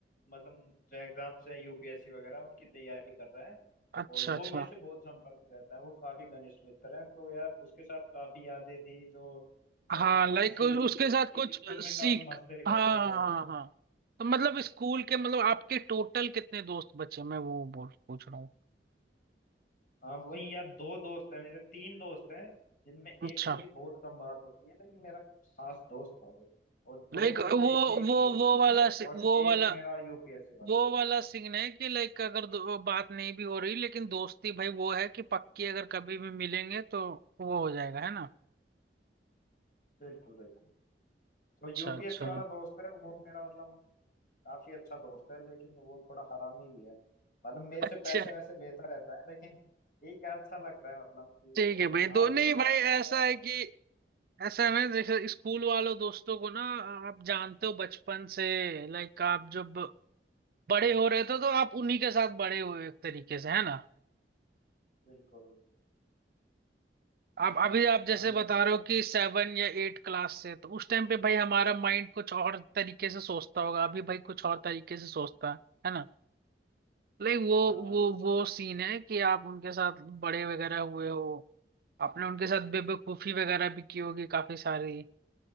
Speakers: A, on the left; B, on the right.
A: मतलब जो एग्जाम्स हैं यूपीएससी वगैरह उनकी तैयारी कर रहा है
B: अच्छा
A: और वो
B: अच्छा
A: मेरे से बहुत संपर्क में रहता है वो काफी घनिष्ठ मित्र है तो यार उसके साथ काफी यादें थी जो मतलब
B: हाँ लाइक
A: ऐसी हुई
B: उसके साथ
A: ना कि
B: कुछ
A: स्कूल में
B: सीख
A: काफी मस्ती करते
B: हाँ हाँ
A: थे
B: हाँ हाँ। हाँ। तो मतलब स्कूल के मतलब आपके टोटल कितने दोस्त बचे मैं वो बोल पूछ रहा हूँ
A: हाँ वही यार दो दोस्त है मेरे तीन दोस्त हैं जिनमें एक
B: अच्छा
A: से मेरी बहुत कम बात होती है लेकिन मेरा खास दोस्त था वो और दो
B: लाइक
A: दोस्त
B: वो
A: है इसमें एक
B: वो
A: बीएसएफ
B: वो वाला
A: है
B: सि-
A: और
B: वो वाला
A: एक मेरा यूपीएससी वाला
B: वो वाला सीन है कि लाइक अगर दो- बात नहीं भी हो रही लेकिन दोस्ती भाई वो है कि पक्की अगर कभी भी मिलेंगे तो वो हो जाएगा है ना
A: बिल्कुल बिल्कुल तो यूपीएससी
B: अच्छा अच्छा
A: वाला
B: <laughs>
A: दोस्त है वो मेरा मतलब काफी अच्छा दोस्त है लेकिन वो थोड़ा हरामी भी है मतलब मेरे
B: अच्छा
A: से पैसे वैसे लेता रहता है लेकिन ठीक है अच्छा लगता है मतलब कि
B: ठीक
A: वो
B: है भाई दो
A: आज
B: नहीं
A: भी बात
B: भाई
A: करता
B: ऐसा
A: है
B: है कि ऐसा है ना जैसे स्कूल वालों दोस्तों को ना आप जानते हो बचपन से लाइक आप जब बड़े हो रहे थे तो आप उन्हीं के साथ बड़े हुए एक तरीके से है ना
A: बिल्कुल
B: आप अभी आप
A: हाँ
B: जैसे बता
A: ये
B: रहे हो कि सेवन या एट क्लास से तो उस टाइम पे भाई हमारा माइंड कुछ और तरीके से सोचता होगा अभी भाई कुछ और तरीके से सोचता है है ना लाइक वो
A: हाँ
B: वो वो सीन है कि आप उनके साथ बड़े वगैरह हुए हो आपने उनके साथ बेवकूफी वगैरह भी की होगी काफी सारी